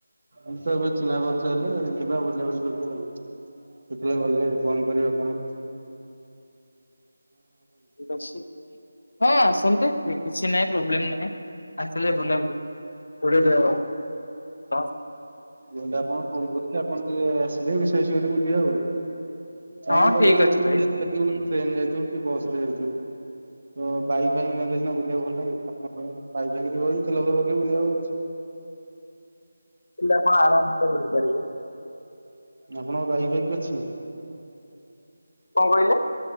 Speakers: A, on the right; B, on the left.
A: ଇନ୍ ସର୍ ବିତି ନାଁ ପଚାରିଲି ଯିବା ବୁଲାବୁଲି କରିବା ଆଉ ସେତେବେଳେ ଗଲେ
B: ହଁ
A: ଫୋନ୍ କରିବେ ଆପଣ।
B: ଠିକ୍ ଅଛି ହଁ ଆସନ୍ତି। କିଛି ନାହିଁ ପ୍ରୋବ୍ଲେମ୍ ନାହିଁ ଆସିବେ ବୁଲାବୁଲୁ କୋଡ଼ି ଦେଅତ ଟ
A: ମୁଁ କହିଲି ଆପଣ ଫୋନ୍ କରିଥିଲେ ଆପଣ ଟିକେ ଆସିଲେ ମିଶା ମିଶି କରି ବୁଲିବା ଆଉ। କଣ
B: ହଁ
A: କଲେ
B: ଠିକ
A: ଆମେ
B: ଅଛି ଭାଇ।
A: <inaudible> ଟ୍ରେନ ଯାଇଥିବୁ କି ବସରେ ଯାଇଥିବୁ।
B: ହ
A: ତ ବାଇ ଫାଇ ନେଲେ ସିନା ବୁଲିବାକୁ ଭଲ ଲାଗେ <inaudible> ବାଇ ଫାଇ ନେବ ଯଦି ତେଲ ଫେଲ ପକେଇ ବୁଲିବ ଚ୍।
B: ହେଲେ ଆପଣ ଆରାମ୍ ସେ ବୁଲିପାରିବେ।
A: ଆପଣଙ୍କ ବାଇକ୍ ଫାଇକ୍ ଅଛି?
B: କଣ କହିଲେ?